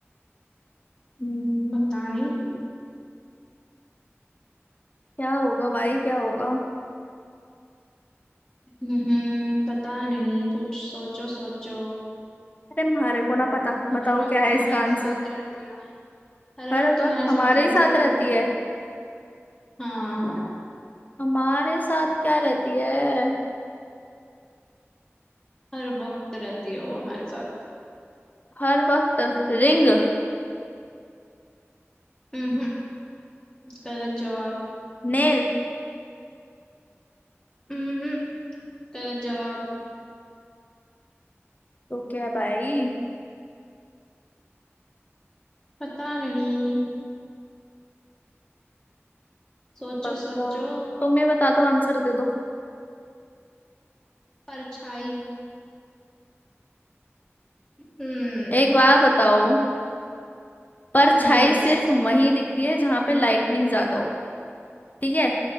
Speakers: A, on the left (about 35°); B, on the left (about 15°).
A: हम्म,
B: पता नहीं
A: क्या होगा भाई क्या होगा <laughs>
B: हम्म पता नहीं पूछ सोचो सोचो
A: अरे हमारे को ना पता
B: तो
A: बताओ
B: हर वक्त
A: क्या है
B: तुम्हारे
A: इसका आंसर
B: साथ रहती है हर
A: हर
B: वक्त
A: वक्त
B: तुम्हारे
A: हमारे
B: साथ
A: ही
B: रहती
A: साथ
B: है
A: रहती
B: वो
A: है
B: हाँ
A: हमारे साथ क्या रहती है
B: हर वक्त रहती है वो हमारे साथ
A: हर वक्त रिंग
B: हम्म गलत जवाब
A: नेल
B: हम्म गलत जवाब
A: तो क्या है भाई
B: पता नहीं सोचो
A: बताओ
B: सोचो
A: तुम ही बता दो आंसर दे दो
B: परछाई हम्म
A: एक बार बताओ परछाई
B: यस
A: सिर्फ वहीं दिखती है जहां पे लाइटनिंग ज्यादा हो ठीक है